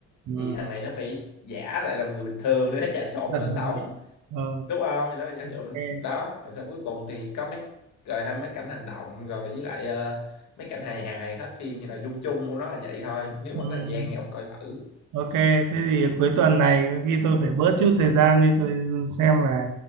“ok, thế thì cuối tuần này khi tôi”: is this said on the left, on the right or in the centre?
Right